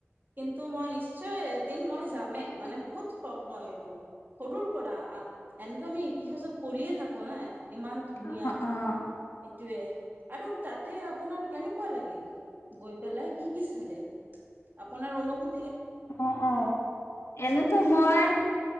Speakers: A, on the right; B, on the left.
A: কিন্তু মই নিশ্চয় এদিন মই যামেই মানে বহুত শখ মই এইটো। সৰুৰ পৰা, এনেটো আমি ইতিহাসত পঢ়িয়ে থাকো নাই, ইমান ধুনীয়া।
B: অ', অ',
A: সেইটোৱে আৰু তাতে আপোনাৰ কেনেকুৱা লাগিল গৈ পেলাই। কি-কি চালে? আপোনাৰ অনুভব
B: অ'-অ', এনেতো মই